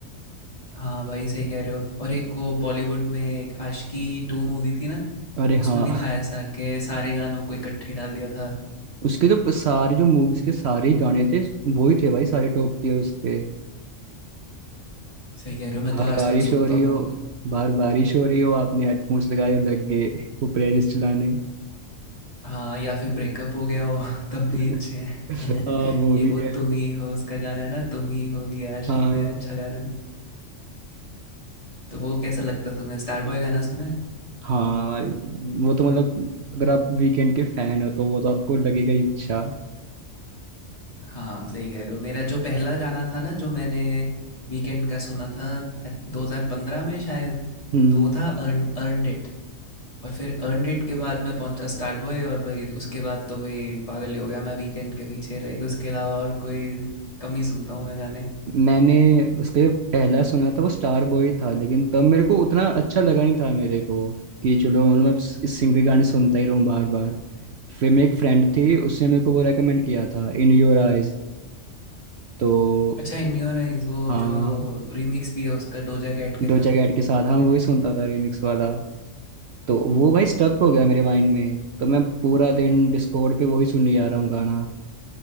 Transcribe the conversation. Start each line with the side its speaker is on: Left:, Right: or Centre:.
Left: हाँ भाई सही कह रहे हो और एक वो बॉलीवुड में एक आशिकी टू मूवी थी ना
Right: अरे
Left: उसमें
Right: हाँ
Left: भी था ऐसा कि सारे गानों को इकट्ठे डाल दिया था
Right: <laughs> उसके तो सारे जो मूवीज के सारे ही गाने थे वो ही थे भाई सारे टॉप टीयर उसके
Left: सही कह रहे हो
Right: बाहर
Left: मैं तो आज
Right: बारिश
Left: तक सुनता
Right: हो रही हो
Left: हूँ
Right: बाहर बारिश हो रही हो आपने हेडफोन्स लगाए हो लग गए वो प्लेलिस्ट चलाने
Left: हाँ या फिर ब्रेकअप हो गया हो <laughs> तब भी
Right: <laughs>
Left: अच्छे हैं
Right: हाँ
Left: <laughs>
Right: वो
Left: एक
Right: भी
Left: वो
Right: है
Left: तुम ही हो उसका गाना है ना तुम ही हो भी आशिकी
Right: हाँ
Left: में अच्छा गाना है तो वो कैसा लगता तुम्हें स्टार बॉय गाना सुना है
Right: हाँ भाई, वो तो मतलब अगर आप वीकेंड के फैन हो तो वो तो आपको लगेगा ही अच्छा
Left: हाँ सही कह रहे हो मेरा जो पहला गाना था ना जो मैंने वीकेंड का सुना था I- 2015 में शायद
Right: हम्म
Left: तो वो था अर्न अर्नड इट और फिर अर्नड इट के बाद मैं पहुंचा स्टार बॉय और भाई उसके बाद तो भाई पागल ही हो गया मैं वीकेंड के पीछे लाइक उसके अलावा और कोई कम ही सुनता हूँ मैं गाने
Right: मैंने उसका जो पहला सुना था वो स्टार बॉय था लेकिन तब मेरे को उतना अच्छा लगा नहीं था मेरे को कि चलो मतलब मैं इस इस सिंगर के गाने सुनता ही रहूं बार बार फिर मेरी एक फ्रेंड थी उसने मेरे को वो रेकमेंड किया था इन योर आइज तो
Left: अच्छा इन योर आइज वो
Right: हाँ
Left: जो रीमिक्स भी है उसका डोजा कैट के
Right: डोजा
Left: साथ
Right: कैट के साथ हाँ मैं वही सुनता था रिमिक्स वाला तो वो भाई स्टक हो गया मेरे माइंड में तो मैं पूरा दिन डिस्कॉर्ड पे वही सुनने जा रहा हूँ गाना